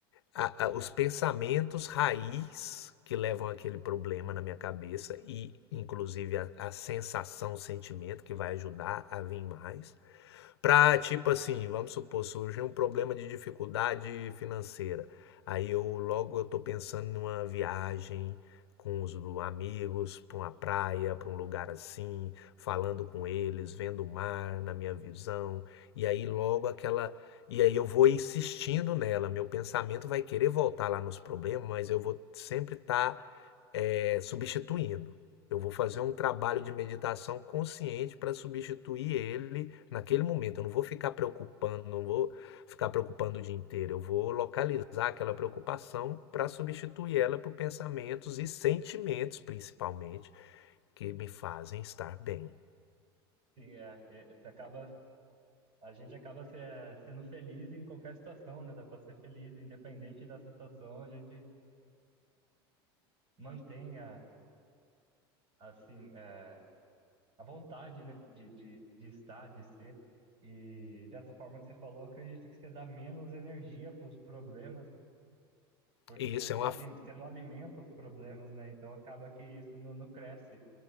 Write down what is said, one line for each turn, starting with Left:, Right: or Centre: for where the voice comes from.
Left: a, a, os pensamentos raiz que levam aquele problema na minha cabeça e, inclusive, a, a sensação, o sentimento que vai ajudar a vir mais para tipo assim, vamos supor, surgiu um problema de dificuldade financeira. Aí eu logo eu tô pensando numa viagem com os do- amigos, para uma praia, para um lugar assim, falando com eles, vendo o mar na minha visão. E aí logo
Right: sim.
Left: aquela. E aí eu vou insistindo nela, meu pensamento vai querer voltar lá nos problemas, mas eu vou sempre estar é, substituindo. Eu vou fazer um trabalho de meditação consciente para substituir ele naquele momento. Eu não vou ficar preocupando, não vou ficar
Right: Ah,
Left: preocupando o dia inteiro. Eu vou localizar aquela preocupação para substituir ela por pensamentos e sentimentos, principalmente, que me fazem estar bem.
Right: sim, é, é, você acaba, a gente acaba se- é, sendo feliz em qualquer situação, né? Dá para ser feliz, independente da situação, a gente mantenha assim é, a vontade, né, de, de, de estar, de ser. E dessa forma que você falou, acredito que você dá menos energia para os problemas, porque
Left: E isso
Right: você,
Left: é uma,
Right: ali- você não alimenta os problemas, né? Então acaba que isso não, não cresce,